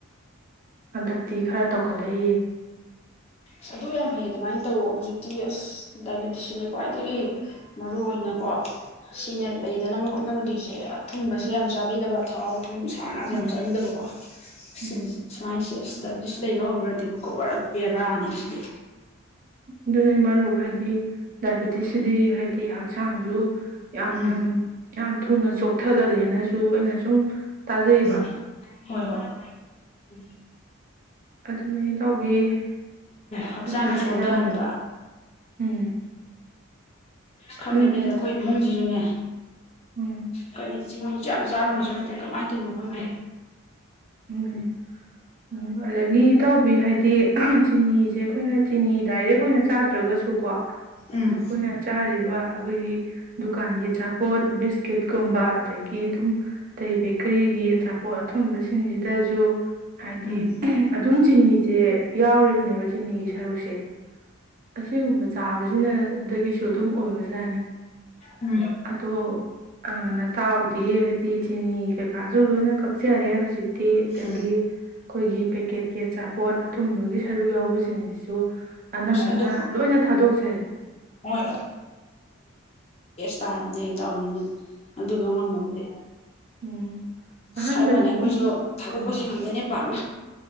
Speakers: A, on the right; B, on the left.
A: ꯍꯟꯗꯛꯇꯤ ꯈꯔ ꯇꯧꯈꯠꯂꯛꯏꯌꯦ
B: ꯑꯁ ꯑꯗꯨ ꯌꯥꯝ ꯐꯩ ꯑꯗꯨꯃꯥꯏꯅ ꯇꯧꯔꯣ ꯍꯧꯖꯤꯛꯇꯤ ꯑꯁ ꯗꯥꯏꯕꯤꯦꯇꯤꯁꯁꯤꯅꯦ ꯈ꯭ꯋꯥꯏꯗꯒꯤ ꯃꯔꯨꯏ ꯑꯣꯏꯅꯀꯣ ꯁꯤꯅꯦ ꯂꯩꯗꯅꯕ ꯍꯣꯠꯅꯅꯕꯗꯣꯏꯁꯦ ꯑꯊꯨꯝꯕꯁꯦ ꯌꯥꯝ ꯆꯥꯕꯤꯗꯕ ꯊꯥꯎ ꯊꯨꯝ ꯁꯥꯅꯥꯁꯨ
A: ꯎꯝ
B: ꯌꯥꯝ ꯆꯥꯕꯤꯗꯕꯀꯣ
A: ꯎꯝ
B: ꯁꯤ ꯁꯨꯃꯥꯏꯅꯁꯤꯦ ꯑꯁ ꯗꯥꯏꯕꯤꯇꯤꯁ ꯂꯩꯕ ꯍꯧꯈ꯭ꯔꯗꯤꯕꯀꯣ ꯕꯔ ꯕꯔꯥꯅꯦ ꯑꯥꯁꯤꯗꯤ
A: ꯑꯗꯨꯅ ꯃꯔꯨꯞ ꯍꯥꯏꯗꯤ ꯗꯥꯏꯕꯦꯇꯤꯁꯁꯤꯗꯤ ꯍꯥꯏꯗꯤ ꯍꯛꯆꯥꯡꯁꯨ ꯌꯥꯝ
B: ꯎꯝ
A: ꯌꯥꯝ ꯌꯥꯝ ꯊꯨꯅ ꯆꯣꯛꯊꯍꯜꯂꯦꯅꯁꯨ ꯑꯩꯅ ꯁꯨꯝ ꯇꯖꯩꯔꯤꯕ
B: ꯎꯝ ꯍꯣꯏ ꯍꯣꯏ ꯎ
A: ꯑꯗꯨꯅ ꯏꯇꯥꯎꯕꯤ
B: ꯍꯛꯆꯥꯡꯁꯦ
A: ꯂꯥꯏꯅꯥ ꯇꯤꯟꯅꯥ
B: ꯁꯣꯟꯊꯍꯟꯕ
A: ꯎꯝ
B: ꯈꯪꯉꯦꯗꯁꯦ
A: ꯑꯗꯨꯅ
B: ꯑꯩꯈꯣꯏ ꯏꯃꯨꯡꯁꯤꯁꯨꯅꯦ
A: ꯎꯝ
B: ꯀꯔꯤ ꯆꯤꯅꯤꯁꯨ ꯌꯥꯝ ꯆꯥꯔꯨꯨꯔꯁꯨ ꯅꯠꯇꯦ ꯀꯃꯥꯏꯅ ꯇꯧꯔꯤꯅꯣ ꯈꯪꯗꯦ
A: ꯎꯝ ꯎꯝ ꯑꯗꯒꯤ ꯏꯇꯥꯎꯕꯤ ꯍꯥꯏꯗꯤ ꯆꯤꯅꯤꯁꯦ ꯑꯩꯈꯣꯏꯅ ꯆꯤꯅꯤ ꯗꯥꯏꯔꯦꯛ ꯑꯣꯏꯅ ꯆꯥꯗ꯭ꯔꯒꯁꯨ ꯀꯣ ꯑꯩꯈꯣꯏꯅ
B: ꯎꯝ
A: ꯆꯥꯔꯤꯕ ꯑꯩꯈꯣꯏꯒꯤ ꯗꯨꯀꯥꯟꯒꯤ ꯑꯆꯥꯄꯣꯠꯕꯤ ꯕꯤꯁꯀ꯭ꯨꯠꯀꯨꯝꯕ ꯑꯗꯒꯤ ꯑꯗꯨꯝ ꯑꯇꯩ ꯕꯦꯀꯔꯤꯒꯤ ꯑꯆꯥꯄꯣꯠ ꯑꯊꯨꯝ ꯁꯤꯡꯁꯤꯗꯁꯨ ꯍꯥꯏꯗꯤ
B: ꯎꯝ
A: ꯑꯗꯨꯝ ꯆꯤꯅꯤꯁꯦ ꯌꯥꯎꯔꯤꯕꯅꯦꯕ ꯆꯤꯅꯤꯒꯤ ꯁꯔꯨꯛꯁꯦ ꯑꯁꯤꯒꯨꯝꯕ ꯆꯥꯕꯁꯤꯅꯗꯒꯤꯁꯨ ꯑꯗꯨꯝ ꯑꯣꯏꯕꯖꯥꯠꯅꯤ
B: ꯎꯝ ꯎꯝ
A: ꯑꯗꯣ ꯑꯥ ꯅꯇꯥꯎꯗꯤ ꯍꯥꯏꯗꯤ ꯆꯤꯅꯤ ꯀꯩꯀꯥꯁꯨ ꯂꯣꯏꯅ ꯀꯛꯆꯔꯦ ꯍꯧꯖꯤꯛꯤ ꯗꯤ ꯑꯗꯨꯗꯒꯤ
B: ꯑꯁ
A: ꯑꯩꯈꯣꯏꯒꯤ ꯀꯦꯠ ꯀꯦꯠ ꯑꯆꯥꯄꯣꯠ ꯑꯊꯨꯝꯕꯒꯤ ꯁꯔꯨꯛ ꯌꯥꯎꯕꯁꯤꯡꯁꯤꯁꯨ ꯑꯅꯝꯕꯅ
B: ꯑꯗꯨ
A: ꯂꯣꯏꯅ ꯊꯥꯗꯣꯛꯆꯩ
B: ꯍꯣꯏ ꯇꯥꯔꯕꯝꯅꯦ ꯑꯩ ꯇꯥꯎꯕꯅꯤꯅ ꯑꯗꯨꯗꯣ ꯉꯝꯃꯕꯗꯤ
A: ꯎꯝ ꯑꯍꯥꯟꯕꯗꯗꯤ
B: ꯁꯥꯏꯕꯣꯟꯅꯦ ꯑꯩꯈꯣꯏꯁꯨ ꯊꯥꯗꯣꯛꯄꯁ
A: ꯑꯥ
B: ꯉꯝꯗꯣꯏꯅꯦ ꯋꯥꯥꯡ